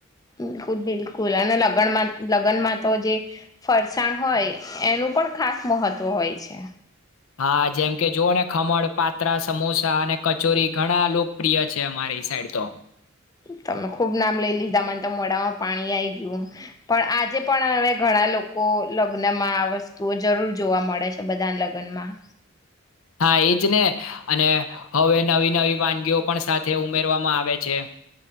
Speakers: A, on the left (about 20°); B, on the left (about 85°).
A: બિલકુલ બિલકુલ અને લગનમાં લગ્નમાં તો જે ફરસાણ હોય એનું પણ ખાસ મહત્વ હોય છે
B: હા જેમ કે જોવ ને ખમણ પાત્રા સમોસા અને કચોરી ઘણા લોકપ્રિય છે અમારી સાઈડ તો
A: તમે ખુબ નામ લઈ લીધા મને તો મોડામાં પાણી આઈ ગયું પણ આજે પણ હવે ઘણા લોકો લગ્નમાં આ વસ્તુઓ જરૂર જોવા મળે છે બધા લગ્નમાં
B: હા એજ ને અને હવે નવી નવી વાનગીઓ પણ સાથે ઉમેરવામાં આવે છે